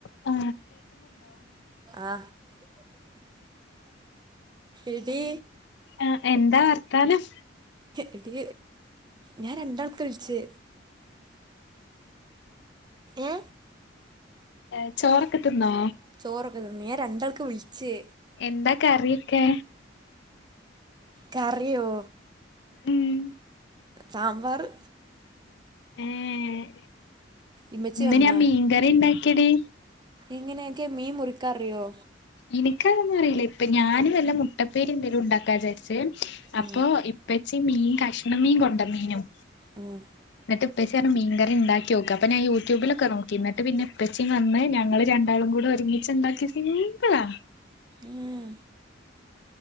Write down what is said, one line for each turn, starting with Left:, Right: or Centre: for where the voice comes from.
Left: ആ
Right: ആ എടീ
Left: ആ എന്താ വർത്താനം
Right: എടി ഞാൻ രണ്ടാൾക്കെ വിളിച്ചേ എ
Left: എ ചോറൊക്കെ തിന്നോ
Right: ചോറൊക്കെ ഞാൻ രണ്ടാൾക്ക് വിൾച്ചെ
Left: എന്താ കറിയൊക്കെ
Right: കറിയോ
Left: ഉം
Right: സാമ്പറ്
Left: ഏഹ്
Right: ഇമ്മച്ചി
Left: ഇന്ന്
Right: വന്നാ
Left: ഞാൻ മീൻകറി ഉണ്ടാക്കിടി
Right: എങ്ങനെയൊക്കെയാ മീൻ മുറിക്കാറിയോ
Left: എനിക്കതൊന്നും അറിയില്ല ഇപ്പൊ ഞാനും വല്ല മുട്ടപ്പേര് എന്തെലും ഉണ്ടാക്കാന്ന് വിചാരിച്ചേ അപ്പൊ
Right: ഉം
Left: ഇപ്പ പച്ച മീൻ കഷ്ണം മീൻ കൊണ്ട മീനും
Right: ഉം
Left: എന്നിട്ട് ഇപ്പോച്ചാ മീൻകറി ഉണ്ടാക്കി നോക്ക അപ്പ ഞാൻ യൂട്യൂബിലൊക്കെ നോക്കിട്ട് പിന്നെ ഇപ്പോച്ചും വന്ന് ഞങ്ങള് രണ്ടാളും കൂടെ ഒരുമിച്ചുണ്ടാക്കിയാ സിംപിളാ
Right: ഉം